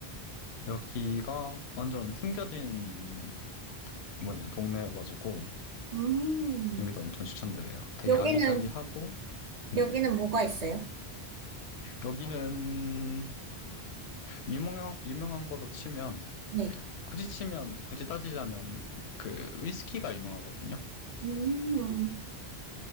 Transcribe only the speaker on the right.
음.
여기는,
여기는 뭐가 있어요?
네.
음.